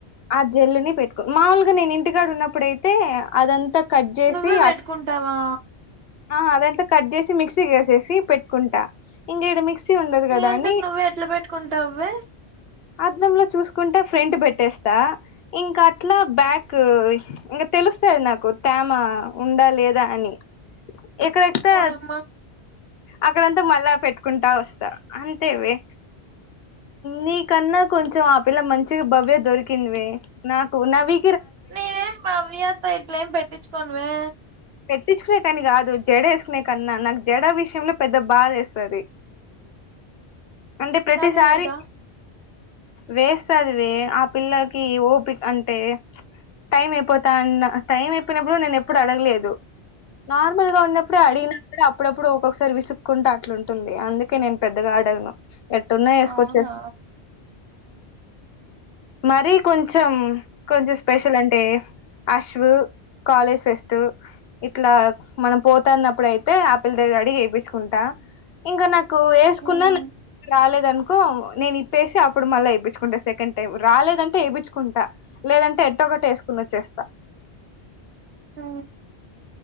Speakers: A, on the left; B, on the right.
A: ఆ జల్లుని పెట్టుకుని మాముూలుగా నేను ఇంటికాడ ఉన్నప్పుడైతే అదంతా కట్ చేసి
B: నువ్వే పెట్టుకుంటావా
A: అ ఆ అదంతా కట్ చేసి మిక్సీ వేసేసి పెట్టుకుంటా ఇంకేడ మిక్స ఉండదు కదా
B: నీ అంతకు
A: అని
B: నువ్వే ఎట్లా పెట్టుకుంటావే
A: అద్దంలో చూకుంటే ఫ్రెం పెట్టేస్ ఇంకా అట్లా బ్యాక్ ఇంకా తెలుస్తుది నాకు తేమ ఉండాలి లేద అని ఇక్కడతే
B: ఓయమ్మా
A: అక్కడంతా మళ్ళా పెట్టుకుంటా వస్తా అంతేవి నీకన్నా కొంచం ఆ పిల్ల మంచిగా భవ్య దొరికిందివి నాకు నవీ
B: నేనేం బావ్యతో ఇట్లం పెట్టించుకోనువే
A: పెట్టించుకునే కాని కాదు జడ వేసుకునే కన్నా నాకు జడ విషయంలో పెద్ద బాధ వేస్తుది అంటే ప్రతిసారి
B: నావి ఇదా
A: వేస్తాది వే ఆ పిల్లకి ఓపిక అంటే టైం అయిపోతా అన్న టైం అయిపోయినప్పుడు కూడా నేను ఎప్పుడు అడగలేదు నార్మల్గా ఉన్నప్పుడే అడిగినప్పుడేప్పు అప్పుడప్పుడు ఒక్కొక్కసారి విసుక్కుంటూ అట్లుంటుంది అందుకే నేను పెద్దగా అడగను ఎట్టున్నా వేసుకొచ్చే
B: అవునా
A: మరి కొంచెం కొంచెం స్పెషల్ అంటే అశవు కాలేజ్ ఫెస్ట్ ఇట్లా మనం పోతాన్నప్పుడు అయితే ఆ పిల్ల దగ్గర అడిగి చేయించుకుంటా ఇంకా నాకు వేసుకున్నా
B: ఉమ్,
A: రాలేదు అనుకో నేను ఇప్పేసి అప్పుడు మళ్ళా ఇప్పించుకుంటా సెకండ్ టైం రాలేదంటే వేయిపించుకుంట లేదంటే ఎట్టొ కట్ట వేసుకుని వచ్చేస్తా
B: ఆ